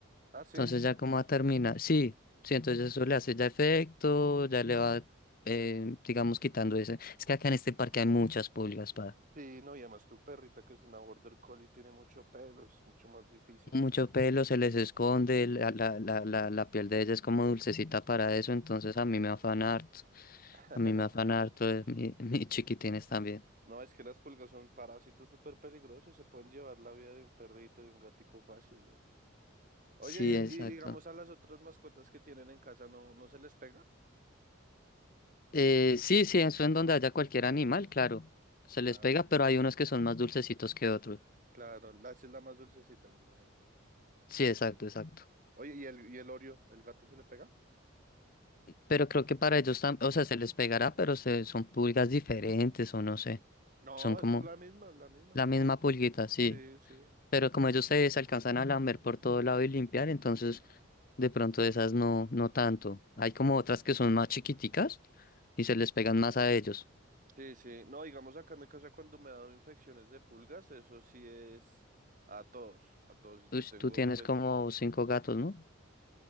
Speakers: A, on the right (about 40°); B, on the left (about 45°).
A: Ah, sí.
B: Entonces ya como va a terminar, sí, sí, entonces eso le hace ya efecto, ya le va, eh, digamos, quitando ese. Es que acá en este parque hay muchas pulgas, pa.
A: Sí, no, y además tu perrita que es una border collie tiene mucho pelo, es mucho más difícil.
B: mucho pelo, se les esconde, la, la, la, la, la piel de ella es como dulcecita para eso, entonces a mí me afana harto.
A: <laughs>
B: A mí me afana harto eh, mi- <laughs> mis chiquitines también.
A: No, es que las pulgas son parásitos súper peligrosos, se pueden llevar la vida de un perrito, de un gatico fácil. güey. Oye,
B: Sí, exacto.
A: y, y digamos a las otras mascotas que tienen en casa, ¿no, no se les pega?
B: Eh, sí, sí, eso en donde haya cualquier animal, claro, se
A: Claro,
B: les pega, pero hay unos que son más dulcecitos que otros.
A: claro, la esa es la más dulcecita, me imagino.
B: Sí, exacto, exacto.
A: Oye, ¿y el, y el Oreo, el gato se le pega?
B: Pero creo que para ellos también, o sea, se les pegará, pero se, son pulgas diferentes o no sé.
A: No,
B: Son como
A: eso es la misma, es la misma.
B: la misma pulguita, sí.
A: Sí, sí.
B: Pero como ellos se se alcanzan a lamer por todo lado y limpiar, entonces de pronto esas no, no tanto. Hay como otras que son más chiquiticas y se les pegan más a ellos.
A: Sí, sí. No, digamos acá en mi casa cuando me ha dado infecciones de pulgas, eso sí es a todos, a todos. Yo
B: Uy,
A: tengo,
B: tú tienes
A: pues,
B: como cinco gatos, ¿no?